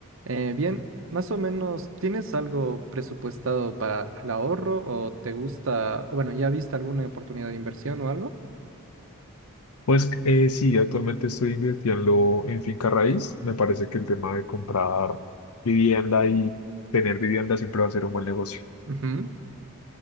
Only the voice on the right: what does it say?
Eh, bien, más o menos, ¿tienes algo presupuestado para el ahorro o te gusta, o bueno, ya viste alguna oportunidad de inversión o algo?
Ujú,